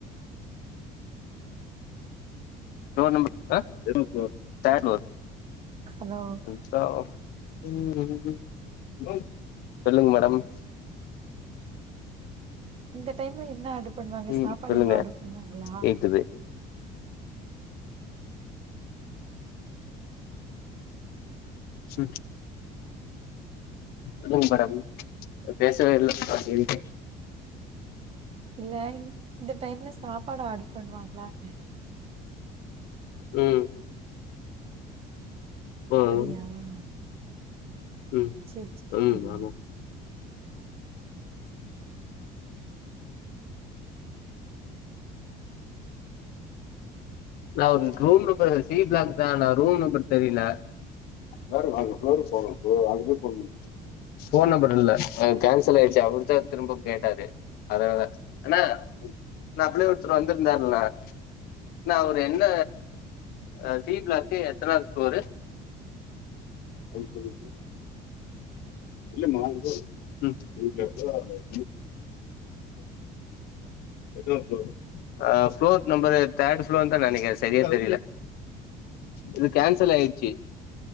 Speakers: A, on the left (about 65°); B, on the right (about 35°).
A: டோர் நம்ப அ எத்னா ஃப்ளோர் தேர்ட்டு ப்ளோர்
B: ஹலோ
A: <unintelligible> சொல்லுங்க மேடம்
B: இந்த டைம்ல என்ன ஆர்டர் பண்ணுவாங்க
A: ம்
B: சாப்பாடு
A: சொல்லுங்க
B: எதுவு ஆர்டர் பண்ணுவாங்ளா
A: கேக்குது ம் சொல்லுங்க மேடம் பேசவேயில்ல காலைல்ல இருந்தே
B: இல்ல இந் இந்த டைம்ல சாப்பாடு ஆர்டர் பண்ணுவாங்ளாண்னே
A: ம்
B: அப்படியா
A: ம் ம்
B: சேரி சேரி சேரி
A: ம் ஆமா நா <unintelligible> ரூம் நம்பர் சி ப்ளாக் தா ஆனா ரூம் நம்பர் தெரியல மேடம் நாங்க ஃப்ளோருக்கு போனோ போ அங்க போய் ஃபோன் பண் ஃபோன் நம்பர் இல்ல அ கேன்சல் ஆய்டுச்சு அவர்தா திரும்ப கேட்டாரு அதனால அண்ணே ம் அப்ளே ஒருத்தரு வந்திருந்தார்ல அண்ணே அவரு என்ன அ சி பிளாக்கு எத்தனது ஃப்ளோரு அது தெரியுது இல்ல மா இது <unintelligible> எத்னாவது ஃப்ளோர் அ ஃப்ளோர் நம்பரு தேர்டு ஃப்ளோர் தா நெனக்ற சேரியா தெரில இது கேன்சல் ஆய்ச்சி